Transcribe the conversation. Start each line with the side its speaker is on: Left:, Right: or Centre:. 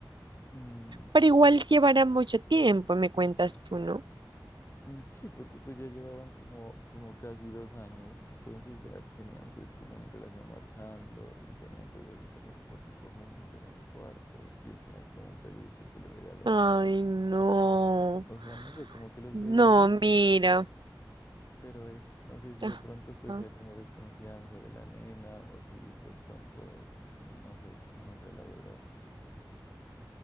Left: Mm,
Right: Pero igual llevará mucho tiempo, me cuentas tú, ¿no?
Left: mm, sí, porque pues ya llevaban como, como casi dos años, entonces ya tenían pues como una relación marchando y tenían pues así como su fotico juntos en el cuarto y él tiene así como un peluche que le regaló.
Right: Ay, no.
Left: O sea, no sé, como que los
Right: No,
Left: veía ahí
Right: mira.
Left: Pero eso, no sé si
Right: Ajá.
Left: de pronto pues sea como desconfianza de la nena o si de pronto, no sé, no sé la verdad.